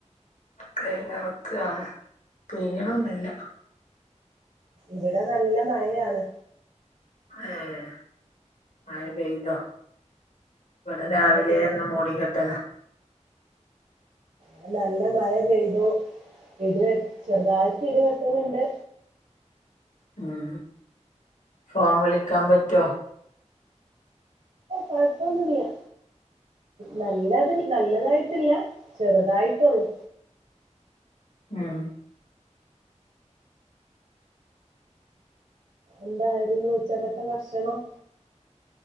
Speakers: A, on the left; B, on the right.
A: കഴിഞ്ഞു ഒണക്കാണ് പിഴിയണൊന്നുമില്ല
B: ഇവിടെ നല്ല മഴയാണ്
A: ആഹ് മഴ പെയ്തോ ഇവിടെ
B: മഴ
A: രാവിലെ
B: പെയ്തു
A: എന്നും മൂടിക്കെട്ടലാ
B: ആ നല്ല മഴ പെയ്തു ഇത് ചെറുതായിട്ട് ഇടിവെ ട്ടുന്നുണ്ട്
A: ഉം ഫോൺ വിളിക്കാൻ പറ്റോ
B: കൊഴപ്പൊന്നുമില്ല നല്ലത് നല്ലതായിട്ടില്ല ചെറുതായിട്ടുള്ളൂ
A: ആഹ്
B: എന്തായിരുന്നു ഉച്ചക്കലത്തെ ഭക്ഷണം